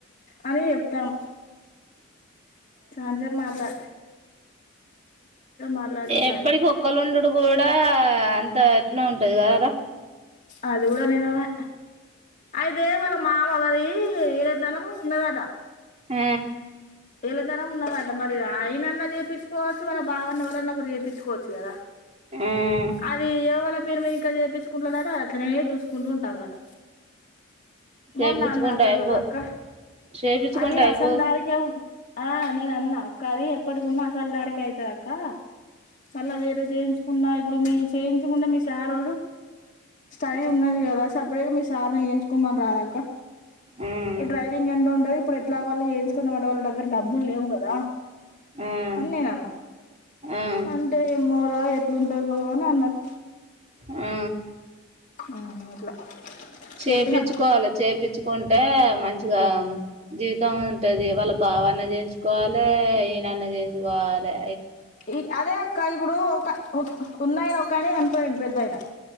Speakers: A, on the left; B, on the right.
A: అని చెప్తాం సాంజా మాట్లా మాట్లాడింది సాయంత్రం
B: ఎప్పడి కుక్కలుండుడు కూడా అంత ఎట్లా ఉంటది కారా
A: అది కూడా నిజమే అయితే వాళ్ళ మామగారి ఏడేతనం ఉన్నదట
B: ఆ
A: వీళదరం ఉన్నదంట మరి ఆయనన్నా చేయిించుకోవచ్చు మన బావన్న ఎవరన్నా కూడా చేయిించుకోవచ్చు కదా
B: ఉమ్
A: అది ఎవల పేరుమ ఇంకా చేయిుకుంటుదట అతనే చూసుకుంటూ ఉంటాాలట
B: చేపించుకుంటే
A: మో నాన్న అక్క
B: అయిపో
A: దూర అక్క
B: చేపించుకుంటే
A: అది అసలు
B: అయిపోవు
A: దారికి ఆ నేను అన్నా అక్క అది ఎప్పటికిన్నా అసలు దారఖ అవుతుది అక్క మళ్ళా వేరే చేయించుకున్న ఇప్పుడు మీ చేయించుకున్న మీ సార్ స్టడీ ఉన్నది కదా సపరేట్ గా మీ సార్ని చేయించుకోమని రాద అక్క
B: ఉమ్
A: ఈ డైవింగ్ ఎంతండ ఇప్పు ఎలా వాళ చేయించుందన్నమా వాళు అ డబ్బులు లేవుగాద
B: ఉమ్
A: అన్ననాన్నా
B: ఉమ్
A: పంట మోరా ఎట్లుంటాదొ అన్నది
B: ఆ
A: ఆ అట్లా
B: చేపించుకోవాలి
A: చెప్పిన
B: చేపించుకుంటే మంచి మంచిగా జీవితం ఉంటది వాళ్ళ బావన్న చేయించుకోవాలె ఈయనన్న చేయించుకోవాలె
A: ఈ అదే అక్క ఇప్పుడు ఒక ఉన్నాయన ఒకాయనే చనిపోయిండు పెద్దాయినా